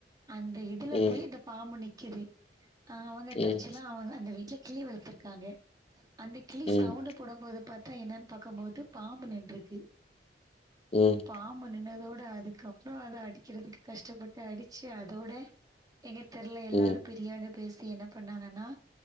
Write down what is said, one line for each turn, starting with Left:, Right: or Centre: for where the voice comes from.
Right: அந்த இதுல
Left: ம்
Right: போய் இந்த பாம்பு நிக் கது <inaudible> அஹ் அவங்க
Left: ம்
Right: தற்செயலா அவங்க அந்த வீட்டுல கிளி வளர்த்திருக்காங்க அந்த கிளி
Left: ம்
Right: சவுண்ட போடும் போது பாத்தா த என்னன் <inaudible> பாக்கும்போதுபாம்பு நின்று இருக்கு
Left: ம்
Right: பாம்பு நின்னதோட அதுக்கப்புறோ அத அடி க்கிறதுக்கு கஷ்டப்பட்டு அடிச்சு அதோட எங்க தெருல எல்லாரு
Left: ம் ம்
Right: பெரியாங்க பேசி என்ன பண்ணாங்கன்னா